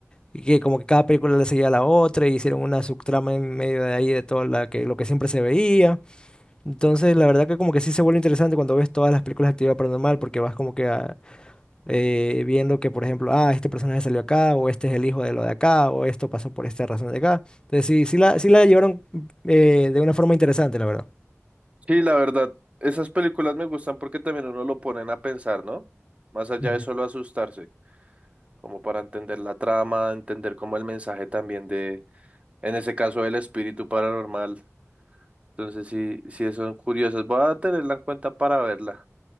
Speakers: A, on the left; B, on the right.
A: Y que como que cada película le seguía a la otra y hicieron una subtrama en medio de ahí de todo la que, lo que siempre se veía. Entonces, la verdad que como que sí se vuelve interesante cuando ves todas las películas de actividad paranormal porque vas como que ah, eh, viendo que, por ejemplo, ah, este personaje salió acá o este es el hijo de lo de acá o esto pasó por esta razón de acá. Entonces, sí, sí la, sí la llevaron eh, de una forma interesante, la verdad.
B: Sí, la verdad, esas películas me gustan porque también uno lo ponen a pensar, ¿no? Más allá
A: Ujú.
B: de solo asustarse, como para entender la trama, entender como el mensaje también de, en ese caso, el espíritu paranormal. Entonces, sí, sí son curiosas, voy a tenerla en cuenta para verla.